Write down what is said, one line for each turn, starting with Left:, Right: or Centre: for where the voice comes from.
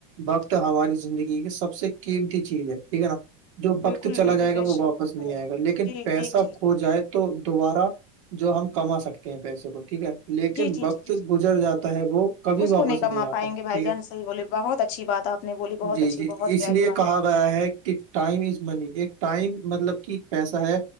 Right: وقت ہماری زندگی کی سب سے قیمتی چیز ہے ٹھیک ہے نا جو
Left: بالکل
Right: وقت چلا
Left: بالکل
Right: جائے
Left: بے
Right: گا وہ
Left: شک
Right: واپس نہیں آئے گا لیکن
Left: جی
Right: پیسہ
Left: جی جی جی
Right: کھو
Left: جی
Right: جائے تو دوبارہ جو ہم کما سکتے ہیں پیسے کو ٹھیک ہے لیکن
Left: جی جی
Right: وقت
Left: جی جی
Right: گزر جاتا ہے وہ کبھی
Left: اس کو
Right: واپس
Left: کما
Right: نہیں آتا
Left: پائیں گے بھائی
Right: ٹھیک
Left: جان
Right: ہے
Left: صحیح بولے بہت اچھی بات آپ نےولی بہت
Right: جی
Left: اچھی
Right: جی
Left: بہت
Right: اس
Left: پی
Right: لیے
Left: بات
Right: کہا ہے کہ ٹائم از منی ایک ٹائم مطلب کی پیسہ ہے